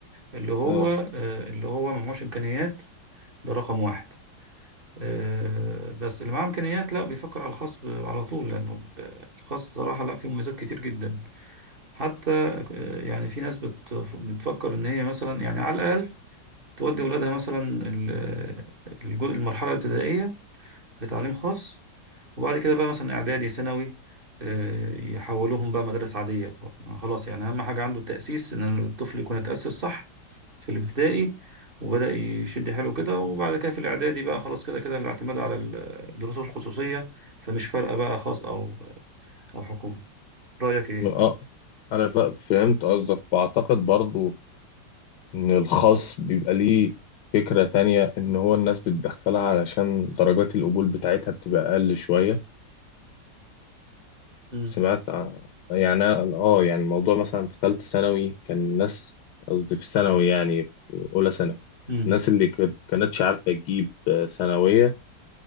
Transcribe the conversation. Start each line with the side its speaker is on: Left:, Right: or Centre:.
Right: اللي هو
Left: اه
Right: آه، اللي هو ما معهوش امكانيات ده رقم واحد آه، بس اللي معاه امكانيات لا بيفكر على الخاص ب- على طول لانه ال- الخاص صراحه لا فيه مميزات كتير جدا حتى آه، يعني في ناس بت- بتفكر ان هي مثلا يعني على الاقل تودي ولادها مثلا ال- الجو- المرحله الابتدائيه في تعليم خاص وبعد كده بقى مثلا اعدادي ثانوي آه، يحولوهم بقى مدارس عاديه خلاص يعني اهم حاجه عنده التاسيس ان الطفل يكون اتاسس صح في الابتدائي وبدا يشد حيله كده وبعد كده في الاعدادي بقى خلاص كده كده الاعتماد على الدروس الخصوصيه فمش فارقه بقى خاص او او حكومه رايك ايه
Left: اه انا ف- فهمت قصدك واعتقد برضو ان الخاص بيبقى ليه فكرة تانية ان هو الناس بتدخلها علشان درجات القبول بتاعتها بتبقى اقل شوية
Right: امم
Left: سمعت عن- يعني أنا- اه يعني الموضوع مثلا في ثالثة ثانوي كان الناس قصدي في ثانوي يعني في اولى ثانوي
Right: امم
Left: الناس اللي كانت- كانتش عارفة تجيب آه، ثانوية